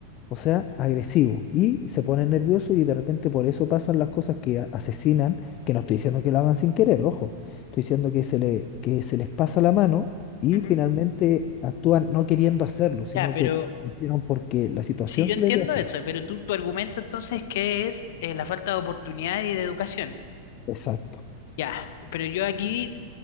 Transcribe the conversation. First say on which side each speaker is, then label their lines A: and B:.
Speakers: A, on the left (about 35°); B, on the left (about 55°).
A: o sea, agresivo, y se pone nervioso y de repente por eso pasan las cosas que a- asesinan, que no estoy diciendo que lo hagan sin querer, ojo, estoy diciendo que se le, que se les pasa la mano y
B: ujú.
A: finalmente actúan no queriendo hacerlo, sino
B: Ya, pero
A: que lo hicieron porque la situación
B: si yo
A: se
B: entiendo
A: les dio así.
B: eso, pero tú, tu argumento entonces que es eh, la falta de oportunidad y de educación.
A: Exacto.
B: Ya, pero yo aquí,